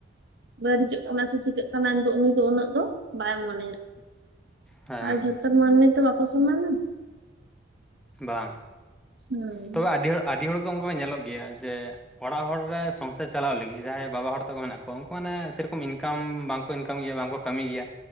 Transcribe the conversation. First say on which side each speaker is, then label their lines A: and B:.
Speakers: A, on the right; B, in the centre.
A: ᱵᱟᱹᱲᱤᱡ-ᱚᱜ ᱠᱟᱱᱟ ᱥᱮ ᱪᱤᱠᱟᱹᱜ ᱠᱟᱱᱟ <inaudible> ᱩᱱᱤ ᱫᱚ ᱩᱱᱟᱹᱜ ᱫᱚ ᱵᱟᱭ ᱢᱚᱱᱮᱨᱟ
B: ᱦᱮᱸ
A: ᱟᱨ ᱡᱷᱚᱛᱚᱨ ᱢᱟᱹᱱᱢᱤ ᱛᱚ ᱵᱟᱝᱠᱚ ᱥᱚᱢᱟᱱ
B: ᱵᱟᱝ
A: ᱦᱩᱸ
B: ᱛᱚᱵᱮ ᱟᱹᱰᱤ ᱦᱚᱲ ᱟᱹᱰᱤ ᱦᱚᱲ ᱫᱚ ᱚᱱᱠᱟ ᱠᱚ ᱧᱮᱞᱚᱜ ᱜᱮᱭᱟ ᱡᱮ ᱚᱲᱟᱜ ᱦᱚᱲ ᱨᱮ ᱥᱚᱝᱥᱟᱨ ᱪᱟᱞᱟᱣ ᱞᱟᱹᱜᱤᱫ ᱡᱟᱦᱟᱸᱭ ᱵᱟᱵᱟ ᱦᱚᱲ ᱛᱟᱠᱚ ᱢᱮᱱᱟᱜ ᱠᱚᱣᱟ ᱩᱱᱠᱩ ᱢᱟᱱᱮ ᱥᱮᱨᱚᱠᱚᱢ ᱤᱱᱠᱟᱢ ᱵᱟᱝ ᱠᱚ ᱤᱱᱠᱟᱢ ᱜᱮᱭᱟ ᱵᱟᱝ ᱠᱚ ᱠᱟᱹᱢᱤ ᱜᱮᱭᱟ